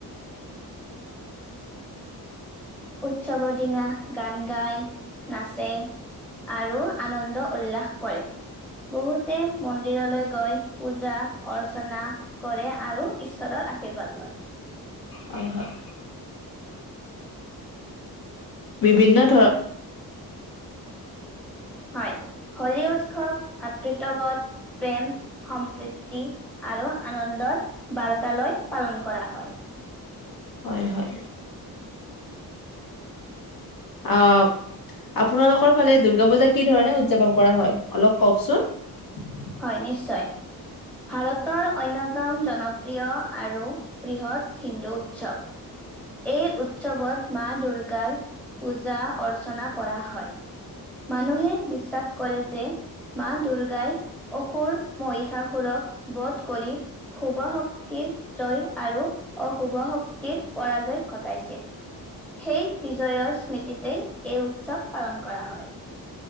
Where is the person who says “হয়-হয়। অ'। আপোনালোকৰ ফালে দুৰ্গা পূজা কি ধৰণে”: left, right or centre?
Left